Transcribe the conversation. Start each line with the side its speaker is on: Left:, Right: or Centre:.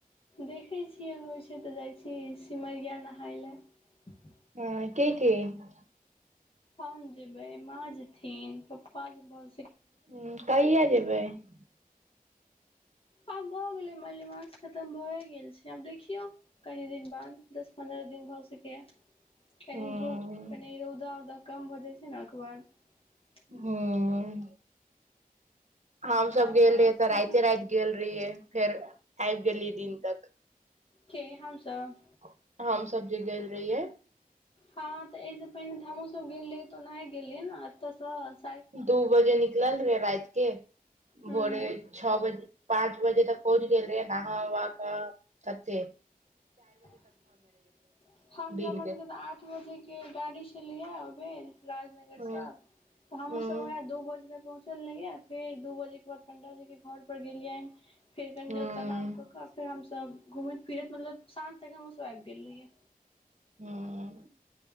Left: देखै छियै होइ छै तऽ जाइ छी सिमरिया नहाय लए। <unintelligible>
Right: हँ के-के। <unintelligible>
Left: हम जेबै माँ जेथिन पप्पा जे बहुत।
Right: ह कहिया जेबै। <unintelligible>
Left: आब भऽ गेलै मल्लिमास खतम भए गेल छै आब देखियौ कनि दिन बाद दस पन्द्रह दिन भऽ सकैए। <unintelligible> कनी
Right: हूं
Left: धूप कनी रौदावक। <unintelligible> कम भऽ जाइ छै ने ओहिके बाद। <unintelligible>
Right: हँ। <unintelligible> हम सब
Left: आओर
Right: गेल
Left: अहाँ
Right: रहियै
Left: सबके
Right: तऽ राते- राति गेल रहियै फेर। आबि गेलिय दिन तक।
Left: के हमसब
Right: <unintelligible> हम सबजी गेल रहियै। <unintelligible>
Left: हँ। <unintelligible> तऽ एहिसँ पहिने तऽ हमूसभ गेलियै। <unintelligible> तऽ नहि गेलल ने तस। <unintelligible>
Right: दू बजे निकलल रहे राात के <unintelligible>
Left: हूँ
Right: भोरे छओ बजे पाँच बजे तक पहुँच गेल रहे। नह वा का सते। <unintelligible>
Left: <unintelligible> हमस
Right: दिन
Left: हमर
Right: के
Left: सबके तऽ आठ बजे के गाड़ी छली। बेर। <unintelligible> राजनगर
Right: हूँ
Left: से तऽ हमहुं
Right: हूँ
Left: सब वह दू बजे तक पहु। चललहिै फेर दू बजे के बाद पं्डाजी के घर पर गेलियै। <unintelligible> फेर देवता
Right: हूँ
Left: राम क क फेर हम। तब घुमैत फिरैत मतलब सांझ तक हमहुं सब आबि गेल रहियै।
Right: हुं।